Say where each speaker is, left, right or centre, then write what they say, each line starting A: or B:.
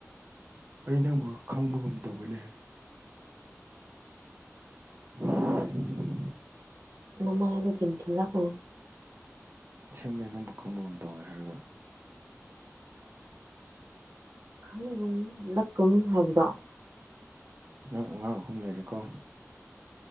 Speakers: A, on the right; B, on the right.
A: ꯑꯩ ꯅꯪꯕꯨ ꯈꯪꯕꯒꯨꯝ ꯇꯧꯕꯅꯦ <inaudible>
B: ꯅꯃꯥꯏ ꯑꯗꯨ ꯄꯤꯟꯊ ꯂ ꯀꯣ
A: ꯑꯁꯦꯝ ꯂꯩ ꯅꯪꯕꯨ ꯈꯪꯕꯒ ꯑꯃ ꯇꯧꯋꯦ ꯍꯥꯏꯔꯒ
B: ꯈꯪꯒꯨꯝ ꯂꯛꯀꯨꯝ ꯍꯥꯏꯕꯗꯣ
A: ꯅꯪ ꯑꯉꯥꯡ ꯑꯍꯨꯝ ꯂꯩꯔꯦꯀꯣ